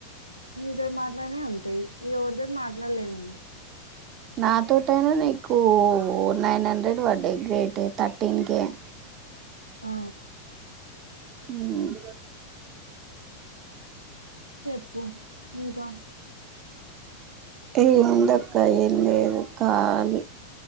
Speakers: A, on the left; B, on the right.
A: మీ తోటి మాట్లాడినయ్ ఉంటాయి ఎవరితోటి మాట్లాడలే నేను
B: నాతోటయినా నీకు నైన్ హండ్రెడ్ పడ్డాయి గ్రేట్ థర్టీన్ కే అంటే
A: ఆ
B: ఉమ్
A: చెప్పు ఇంకా
B: ఏ ఉందక్క ఏం లేదు కాలి